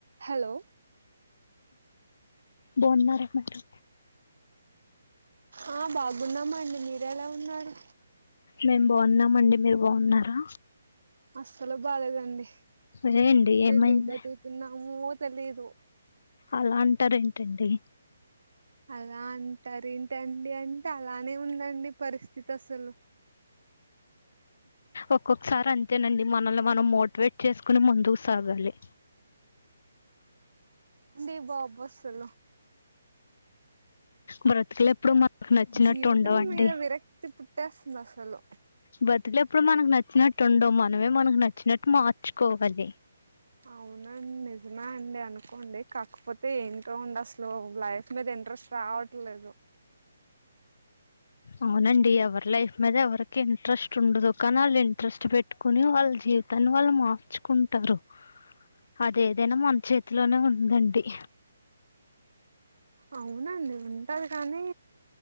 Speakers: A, on the right (about 75°); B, on the left (about 55°).
A: Hello
B: బాగున్నారా madam
A: ఆ బాగున్నామండి మీరు ఎలా ఉన్నారు
B: మేము బాగున్నామండి మీరు బాగున్నారా
A: అస్సలు బాలేదండి
B: అదేండి ఏమైంది
A: ఎందుకుబ్ బతతున్నా ఏమో తెలీదు
B: అలా అంటారు ఏంటండి
A: అలా అంటారు ఏంటండి అంటే అలానే ఉందండి పరిస్థితి అసలు
B: ఒక్కొక్కసారి అంతేనండి మనని మనం మోటివేట్ చేసుకోని ముందుకు సాగాలి
A: అండడి బాబ్బాస్లు
B: బ్రతుకులు ఎప్పుడు మనకు నచ్చినట్టు
A: జీవితం
B: ఉండవండి
A: మీద విరక్తి పుట్టేస్తుంది అసలు
B: బ్రతుకు ఎప్పుడు మనకు నచ్చినట్టు ఉండవు మనమే మనకు నచ్చినట్టు మార్చుకోవాలి
A: అవునండి నిజమా అండి అనుకోండి కాకపోతే ఏంకా ఉండి అసలు లైఫ్ మీద ఇంట్రెస్ట్ రావట్లేదు
B: అవునండి అర్ లైఫ్ మీద ఎవర్కి ఇంట్రెస్ట్ ఉండదు కానీ ఇంట్రెస్ట్ పెట్ పెట్టుకుని వాళ్ళ జీవితాన్ని వాళ్ళు మార్చుకుంటారు అదేదైనా మన చేతిలోనే ఉందండి
A: అవునండి ఉంటది కానీ